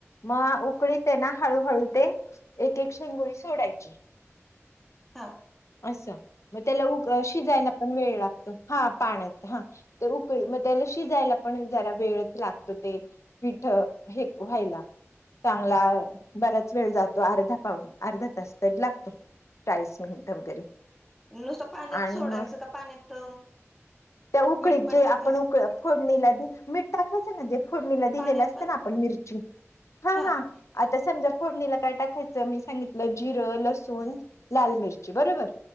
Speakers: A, on the left; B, in the centre.
A: मग उकळीतेना हळूहळू ते एक एक शेंगोळी सोडायची.
B: हां.
A: असं मग त्याला उग शिजायला पण वेळ लागतो हा पाण्यात हा. ते उकळी मग त्याला शिजायला पण जरा वेळच लागतो ते. पीठ हे व्हायला चांगला बऱ्या च वेळ जातो अर्धा पाऊून अर्धा तास तरी लागतो चाळीस मिनिट वगैरे.
B: नुसता पाण्यात
A: आणि
B: सोडायचं
A: मग
B: का पाण्यात,
A: त्या उकळीत
B: मीठ पण
A: जे
B: टाकायचं.
A: आपण उक फोडणीला मीठ टाकायचं ना जे फोडणीला दिलेलं
B: पाण्यात
A: असतं
B: पण
A: ना आपण मिरची आता
B: हा हम्म
A: समजा फोडणीला काय टाकायचं मी सांगितलं जिरं, लसूण लाल मिरची बरोबर.